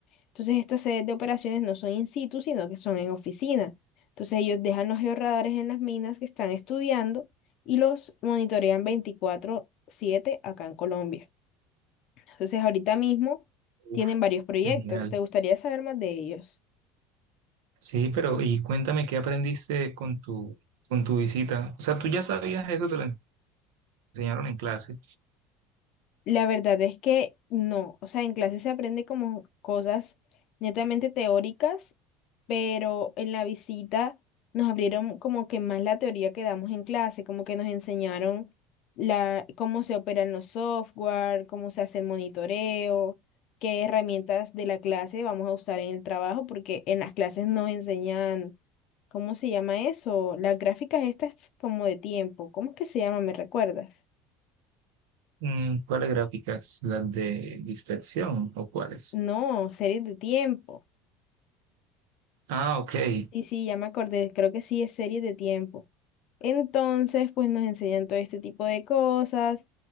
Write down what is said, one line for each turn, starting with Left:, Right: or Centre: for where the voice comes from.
Left: Entonces, estas sedes de operaciones no son in situ, sino que son en oficina. Entonces, ellos dejan los georradares en las minas que están estudiando y los monitorean veinticuatro siete acá en Colombia. Entonces, ahorita mismo tienen
Right: Uf,
Left: varios proyectos.
Right: genial.
Left: ¿Te gustaría saber más de ellos?
Right: Sí, pero y cuéntame qué aprendiste con tu, con tu visita. O sea, tú ya sabías eso, te lo en- enseñaron en clase.
Left: La verdad es que no, o sea, en clase se aprende como cosas netamente teóricas, pero en la visita nos abrieron como que más la teoría que damos en clase, como que nos enseñaron la, cómo se operan los software, cómo se hace el monitoreo, qué herramientas de la clase vamos a usar en el trabajo, porque en las clases nos enseñan, ¿cómo se llama eso? Las gráficas estas como de tiempo, ¿cómo es que se llama? ¿Me recuerdas?
Right: Mm, ¿Cuáles gráficas? ¿Las de dispersión o cuáles?
Left: No, series de tiempo.
Right: Ah, ok.
Left: Y sí, ya me acordé, creo que sí es serie de tiempo. Entonces, pues nos enseñan todo este tipo de cosas.